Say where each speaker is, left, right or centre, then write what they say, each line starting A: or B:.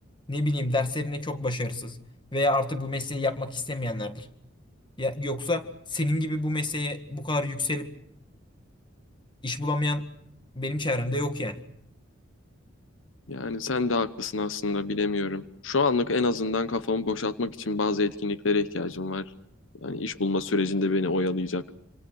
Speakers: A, on the left; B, on the left.
A: Ne bileyim derslerinde çok başarısız veya artık bu mesleği yapmak istemeyenlerdir. Ya, yoksa senin gibi bu mesleğe bu kadar yükselip iş bulamayan benim çevremde yok yani.
B: Yani sen de haklısın aslında, bilemiyorum. Şu anlık en azından kafamı boşaltmak için bazı etkinliklere ihtiyacım var. Yani iş bulma sürecinde beni oyalayacak,